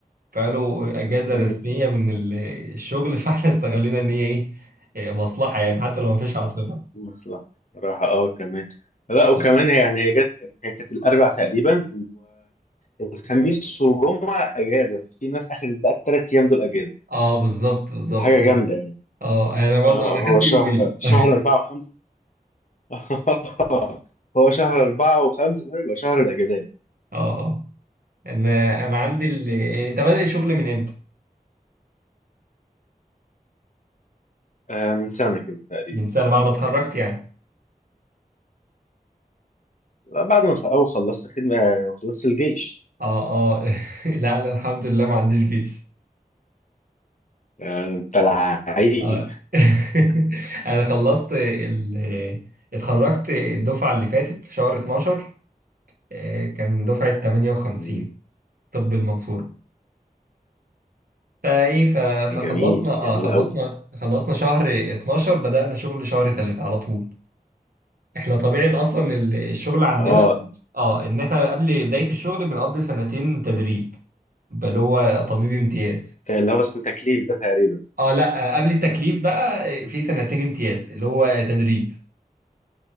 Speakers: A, on the right; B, on the left.
A: فعملوا اجازه
B: امم
A: رسميه من ال- الشغل <laughs> فاحنا استغلينا ان هي ايه آه، مصلحه يعني حتى لو ما فيش عاصفه
B: مصلحه صراحه اه كمان لا وكمان
A: اه
B: هي يعني هي جت هي كانت الاربع تقريبا والخميس والجمعه اجازه ففي ناس اخذت بقى الثلاث ايام دول اجازه
A: آه، بالظبط بالظبط
B: حاجه
A: اه
B: جامده يعني
A: آه، انا برضو
B: آه
A: انا
B: هو
A: خدت
B: شهر
A: يومين
B: شهر
A: <laughs>
B: أربعة وخمسة <laughs> هو شهر أربعة وخمسة ده يبقى شهر الأجازات
A: اه آه. انا انا عندي ال... ده بدأ شغل من امتى
B: آه من سنة كده تقريبا
A: من سنه بعد ما اتخرجت يعني
B: بعد ما خ- أو خلصت خدمة وخلصت الجيش
A: اه اه <laughs> لا لا الحمد لله ما عنديش جيش
B: آه بتاع العيد
A: اه <laughs> انا خلصت ال... اتخرجت الدفعه اللي فاتت في شهر 12 آه، كان دفعه 58
B: مم،
A: طب المنصوره فايه ف...
B: جميل
A: فخلصنا اه
B: جميل
A: خلصنا
B: أوي
A: خلصنا شهر 12 بدأنا شغل شهر 3 على طول احنا طبيعه اصلا ال- الشغل عندنا
B: اه
A: اه ان احنا قبل بدايه الشغل بنقضي سنتين تدريب بل هو طبيب امتياز
B: اللي هو اسمه تكليف ده تقريبا
A: اه لا آه، قبل التكليف بقى آه، في سنتين امتياز اللي هو تدريب